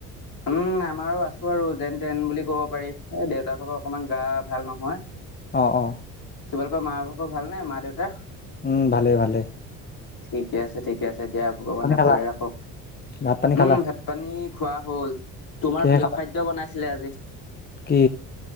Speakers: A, on the left; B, on the left.
A: উম আমাৰো আছো আৰু যেন তেন বুলি ক'ব পাৰি এ দেউতা ভাগৰ অকনমান গা ভাল নহয়।
B: অ অ।
A: তোমালোকৰ মা ভাগ ভাল নে মা দেউতাৰ?
B: উম ভালে ভালে।
A: ঠিকে আছে ঠিকে আছে দিয়া ভগৱানে
B: খালা
A: ভালে ৰাখক।
B: ভাত পানী খালা
A: উম ভাত পানী খোৱা হল তোমাৰ
B: কিহে
A: প্ৰিয়
B: খালা
A: খাদ্য বনাইছিলে আজি।
B: কি